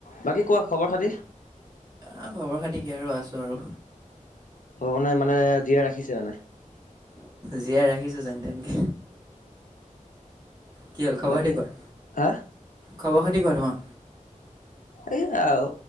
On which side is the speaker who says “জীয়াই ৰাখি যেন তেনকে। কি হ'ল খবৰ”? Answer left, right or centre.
Right